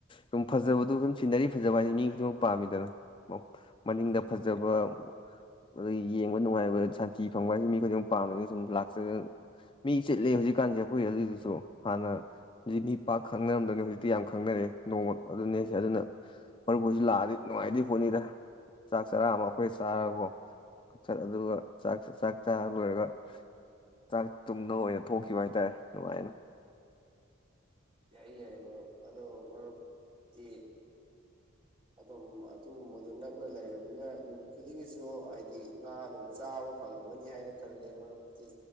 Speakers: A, on the left (about 25°); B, on the right (about 25°).
A: ꯁꯨꯝ ꯐꯖꯕꯗꯣ ꯁꯨꯝ ꯁꯤꯅꯔꯤ ꯐꯖꯕ ꯍꯥꯏꯗꯤ ꯃꯤ ꯈꯨꯗꯤꯡꯃꯛ ꯄꯥꯝꯃꯤꯗꯅ ꯃꯅꯤꯡꯗ ꯐꯖꯕ ꯑꯗꯒꯤ ꯌꯦꯡꯕ ꯅꯨꯡꯉꯥꯏꯕ ꯁꯥꯟꯇꯤ ꯐꯪꯕ ꯍꯥꯏꯁꯦ ꯃꯤ ꯈꯨꯗꯤꯡꯃꯛ ꯄꯥꯝꯕꯅꯤꯅ ꯁꯨꯝ ꯂꯥꯛꯆ ꯃꯤ ꯆꯤꯠꯂꯦ ꯍꯧꯖꯤꯛꯀꯥꯟꯁꯦ ꯑꯩꯈꯣꯏ ꯑꯗꯨꯗꯁꯨ ꯍꯥꯟꯅ ꯍꯧꯖꯤꯛ ꯃꯤ ꯄꯥꯛ ꯈꯪꯅꯔꯝꯗꯕꯅꯤ ꯍꯧꯖꯤꯛꯇꯤ ꯌꯥꯝ ꯈꯪꯅꯔꯛꯑꯦ ꯅꯣꯡꯣꯟ ꯑꯗꯨꯅꯦ ꯑꯗꯨꯅ ꯃꯔꯨꯞ ꯄꯣꯠꯁꯤ ꯂꯥꯛꯑꯗꯤ ꯅꯨꯡꯉꯥꯏꯗꯦ ꯄꯣꯠꯅꯤꯗ ꯆꯥꯛ ꯆꯥꯔꯥ ꯑꯃ ꯑꯩꯈꯣꯏ ꯆꯥꯔꯔꯕꯣꯠ ꯑꯗꯨꯒ ꯆ ꯆꯥꯛ ꯆꯥꯔ ꯂꯣꯏꯔꯒ ꯆꯥꯛ ꯇꯨꯝꯅ ꯑꯣꯏꯅ ꯊꯣꯛꯈꯤꯕ ꯍꯥꯏꯇꯥꯔꯦ ꯑꯗꯨꯃꯥꯏꯅ
B: ꯌꯥꯏ ꯌꯥꯏ ꯃꯔꯨꯞ ꯑꯗꯣ ꯃꯔꯨꯞꯛꯇꯤ ꯑꯗꯨꯝ ꯑꯗꯨꯒꯨꯝꯕꯗꯨ ꯅꯛꯅ ꯂꯩꯔꯕꯅꯤꯅ ꯅꯨꯃꯤꯠ ꯈꯨꯗꯤꯡꯒꯤꯁꯨ ꯍꯥꯏꯗꯤ ꯉꯥ ꯅꯨꯡ ꯆꯥꯕ ꯐꯪꯉꯝꯃꯅꯤ ꯍꯥꯏꯅ ꯈꯜꯂꯦ ꯃꯔꯨꯞꯛꯇꯤꯥ